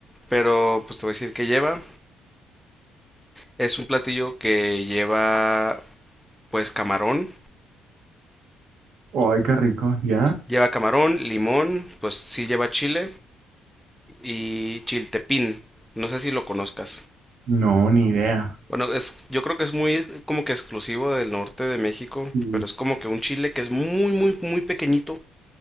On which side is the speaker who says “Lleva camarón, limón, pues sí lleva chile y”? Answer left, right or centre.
Centre